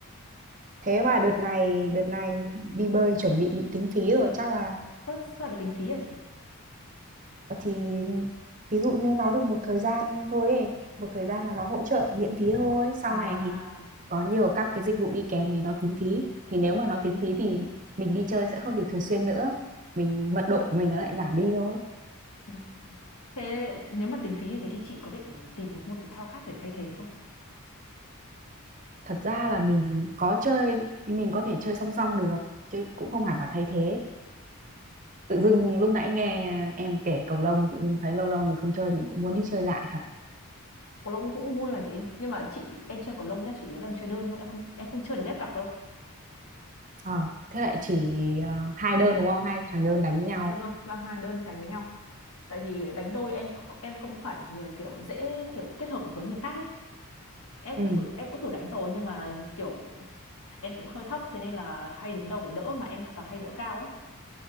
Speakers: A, on the right; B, on the left.
A: thế mà đợt này đợt này đi bơi chuẩn bị bị tính phí rồi chắc là
B: Ơ sao lại tính phí hả chị?
A: thì ví dụ như nó được một thời gian thôi ấy. một thời gian là nó hỗ trợ miễn phí thôi sau
B: À,
A: này thì có nhiều các cái dịch vụ đi kèm thì nó tính phí thì nếu mà nó tính phí thì mình đi chơi sẽ không được thường xuyên nữa mình mật độ của mình nó lại giảm đi thôi
B: Ừ. Thế nếu mà tính phí như thế thì chị có định tìm một môn thể thao khác để thay thế không?
A: thật ra là mình có chơi mình có thể chơi song song được chứ cũng không hẳn là thay thế tự dưng lúc nãy nghe em kể cầu lông tự dưng thấy lâu lâu mình không chơi mình cũng muốn đi chơi lại thật
B: Cầu lông cũng vui mà chị, nhưng mà chị em chơi cầu lông nhá, chủ yếu là em chơi đơn thôi, em không em không chơi được ghép cặp đâu.
A: Ờ, thế lại chỉ ờ, hai đơn đúng không hai thằng đơn đánh với nhau
B: Dạ Vâng, vâng hai đơn đánh với nhau. Tại vì đánh đôi em kh- em không phải là người kiểu dễ kiểu kết hợp được với người khác ấy. em
A: ừ.
B: cũng thử em cũng thử đánh rồi nhưng mà kiểu em cũng hơi thấp thế nên là hay đứng đầu để đỡ mà em toàn hay đỡ cao ấy